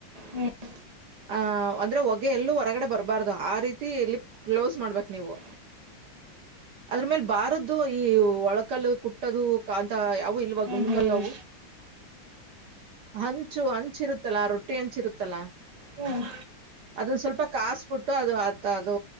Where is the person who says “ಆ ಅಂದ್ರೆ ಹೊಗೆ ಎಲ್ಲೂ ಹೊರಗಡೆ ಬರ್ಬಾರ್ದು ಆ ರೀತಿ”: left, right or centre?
Right